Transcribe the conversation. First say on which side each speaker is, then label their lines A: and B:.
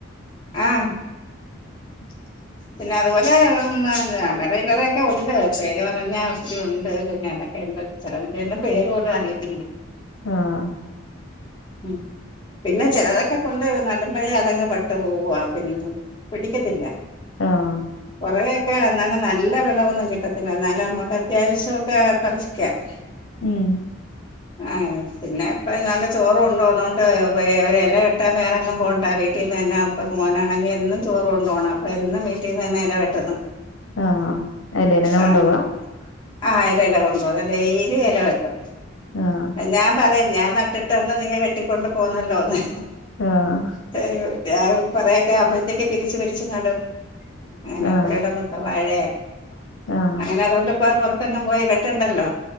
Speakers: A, on the left; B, on the left.
A: ആഹ്
B: <inaudible>
A: പിന്നെ അതുപോലെ അല്ലറ ചില്ലറൊക്കെ ഉണ്ട് പേര് പർഞ്ഞാ ഒത്തിരി ഉണ്ട് പിന്നെ അതൊ എന്ത ചെലതിന്റൊന്നും പേര് പോലും അറിയത്തില്ല
B: ആഹ്
A: ഉം പിന്നെ ചെലതൊക്കെ കൊണ്ട് നടുമ്പഴേ അതങ്ങ് പട്ട് പോവുവ പിന്നെ പിടിക്കത്തില്ല
B: ആഹ്
A: കുറേ ഒക്കെ എന്നാലും നല്ല വെളവൊന്നും കിട്ടത്തില്ല എന്നാലും നമുക്ക് അത്യാവശ്യൊക്കെ പറിക്കാ <inaudible>
B: ഉം
A: ആഹ് അതെ പിന്നെപ്പ നല്ല ചോറ് കൊണ്ടോന്നോണ്ട് ഒരെല വെട്ടാൻ വേറെങ്ങും പോണ്ട വീട്ടീന്നന്നെ ഇപ്പം മോനാണെങ്കി എന്നും ചോറ് കൊണ്ടോണം അപ്പൊ എന്നും വീട്ടീന്നന്നെ എല വെട്ടുന്നത്
B: ആഹ് എലേലെന്നെ കൊണ്ടോവാ
A: ആഹ് ആഹ് ഏലേലാ കൊണ്ടോവാ ഡെയിലി എല വെട്ടും
B: ആഹ്
A: ഞാൻ പറിയും ഞാൻ നട്ടിട്ട് അവ്ട്ന്ന് നീ വെട്ടിക്കൊണ്ട് പോന്നല്ലോന്ന്
B: ആഹ്
A: ഏഹ് കൊറേ ഒക്കെ ആവുമ്പഴത്തേക്ക് പിരിച്ച് പിരിച്ച് നടും അങ്ങനെ
B: ആഹ്
A: പൊരയിടം മൊത്തം വാഴെ
B: ആഹ്
A: അങ്ങനെ അതുകൊണ്ട് ഇപ്പോ പൊറത്തെങ്ങും പോയി വെട്ടണ്ടല്ലോ